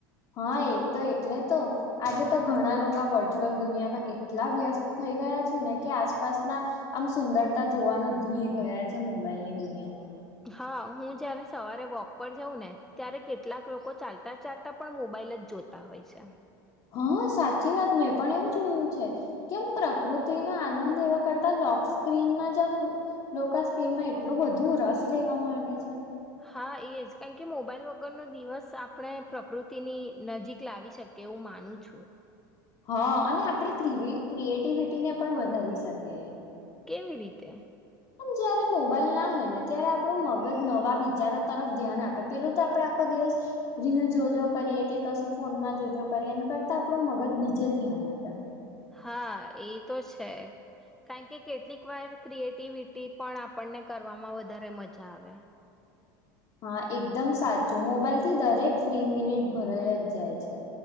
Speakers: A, on the left (about 50°); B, in the centre.
A: હા એ તો એટલે તો આજે તો ઘણા લોકો વર્ચ્યુઅલ દુનિયામાં એટલા વ્યસ્ત થઈ ગયા છે ને કે આસપાસના, આમ સુંદરતા જોવાનું જ ભૂલી ગયા છે મોબાઈલ ની દુનિયામાં.
B: હા હું જ્યારે સવારે વોક પર જાઉં ને ત્યારે કેટલાક લોકો ચાલતાં ચાલતાં પણ મોબાઈલ જ જોતા હોય છે.
A: હા સાચી વાત મેં પણ એવું જોયું છે, કેમ પ્રકૃતિનો આનંદ લેવા કરતા લોક સ્ક્રીનમાં જેમ લોકા સ્ક્રીનમાં એટલો બધુ રસ લેવા માંડે છે.
B: હા એ જ કારણ કે મોબાઈલ વગરનો દિવસ આપણે પ્રકૃતિની નજીક લાવી શકીએ એવું માનું છું.
A: હા અને આપણે ક્ર ક્રિએટિવિટી ને પણ વધારી શકે.
B: કેવી રીતે?
A: મ જયારે મોબાઈલ ના હોય ને ત્યારે આપણું મગજ નવા વિચારો તરફ ધ્યાન આપે પેલું તો આપણે આખો દિવસ, રીલ જોજો કરીએ કે કશું ફોનમાં જોજો કરીએ એ કરતા આપણું મગજ બીજે ધ્યાન આપે.
B: હા એ તો છે, કારણ કે કેટલીક વાર ક્રિએટિવિટી પણ આપણને કરવામાં વધારે મજા આવે.
A: હા એકદમ સાચું મોબાઈલ થી દરેક ફ્રી મિનિટ ભરાઈ જ જાય છે.